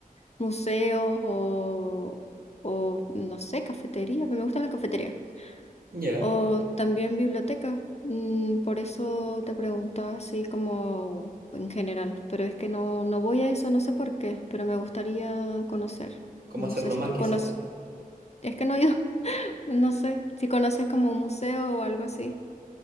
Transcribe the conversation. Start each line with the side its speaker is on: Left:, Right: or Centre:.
Left: museos o, o, no sé, cafeterías, pues me gustan las cafeterías.
Right: ya.
Left: O también bibliotecas. mm, por eso te preguntaba así como en general, pero es que no, no voy a eso, no sé por qué, pero me gustaría conocer.
Right: ¿Cómo
Left: No
Right: hacerlo
Left: sé si
Right: más,
Left: tú
Right: quizás?
Left: conoces, es que no he ido, <laughs> no sé, si conoces como un museo o algo así